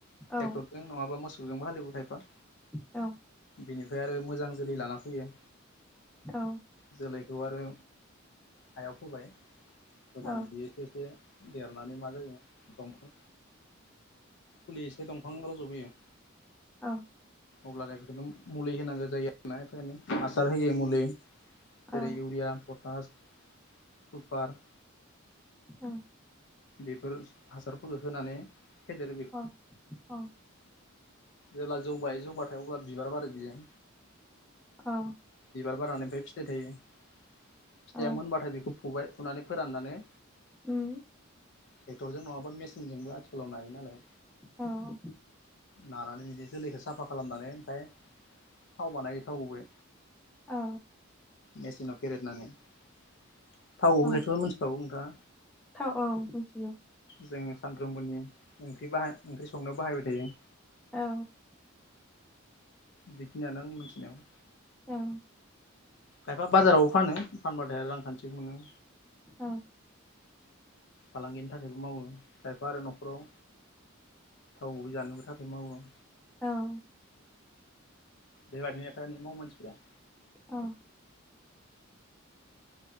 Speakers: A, in the centre; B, on the left (about 60°).
A: औ
B: ट्रेक्टरजों नङाबा मोसौजोंबो हालेवबाय खाइफा
A: औ
B: बिनिफ्राय आरो मोजां जोलै लाना फैयो
A: औ
B: जोलैखौ आरो हायाव फोबाय हब्लानो
A: औ
B: बेयो एसे एसे देरनानै मा जायो दंफां फुलि एसे दंफां रज'बोयो।
A: अ
B: अब्लानो बेखौनो मुलि होनांगौ जायो आरोना एनो हासार होयो मुलि। जेरै
A: औ
B: इउरिया, पटास, सुपार।
A: औ
B: बेफोर हासारफोरखौ होनानै फेदेरो बे
A: अ अ
B: जेब्ला जौ बायो जौबाथाय अब्ला बिबार बाराय बियो।
A: अ
B: बिबार बारनानैनिफ्राय फिथायाइ थायो। फिथाइया
A: औ
B: मोनबाथाय बेखौ फुबाय फुनानै फोराननानै
A: ओम
B: ट्रेक्टरजों नङाबा मेसिनजोंबो आथिखालाव नायो नालाय
A: औ
B: लानानै बिदि जोलैखौ साफा खालामनानै ओमफ्राय थाव बानायो थावखौबो
A: औ
B: मेसिनाव फेरदनानै। थाव दिहुन
A: औ
B: नायखौ थ' मिथिखागौ नोंथाङा।
A: थाव औ मिथियो।
B: जोंनि सानफ्रोमबोनि ओंख्रि बाहा ओंख्रि संनो बाहायबाय थायो।
A: औ
B: बेखिनियानो आं मोनथिनायाव
A: औ
B: खायफा बाजारावबो फानो फानबाथाय आरो रांखान्थिबो मोनो।
A: औ
B: फालांगिनि थाखायबो मावो खायफा आरो न'खराव थाव गुबै जानोबो थाखाय मावो।
A: औ
B: बेबादिनो नो फ्राय मावो मानसिफोरा
A: औ